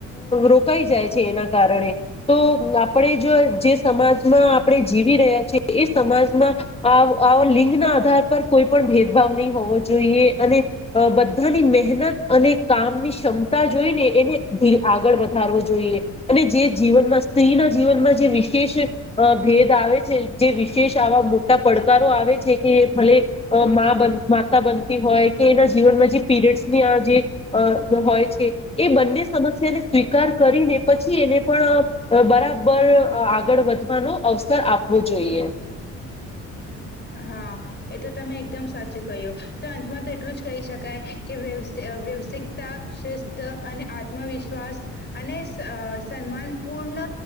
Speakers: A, on the left; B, on the left.
A: રોકાઈ જાય છે એના કારણે તો આપણે જો જે સમાજમાં આપણે જીવી રહ્યા છીએ એ સમાજમાં આવ આવતો લિંગ ના આધાર પર કોઈ પણ ભેદભાવ નહીં હોવો જોઈએ અને બધાની મહેનત અને કામની ક્ષમતા જોઈ ને એને આગળ વધારવો જોઈએ અને જે જીવનમાં બસ સ્ત્રી ના જીવનમાં જે વિશેષ ભેદ આવે છે જે વિશેષ આવા મોટા પડકારો આવે છે કે ભલે અ મા બનવુ માતા બનતી હોય કે એના જીવનમાં જે પીરિયડ્ની જે હોય છે એ બંને સમસ્યાને સ્વીકાર કરીને પછી એને પણ અ બરાબર આગળ વધવાનો અવસર આપવો જોઈએ
B: હા એ તો તમે એકદમ સાચું કહ્યું તો અંતમાં તો એટલું જ કહી શકાય કે વ્યવઆ વ્યવસિકતા શિસ્ત અને આત્મવિશ્વાસ અને અ સન્માન પૂર્ણ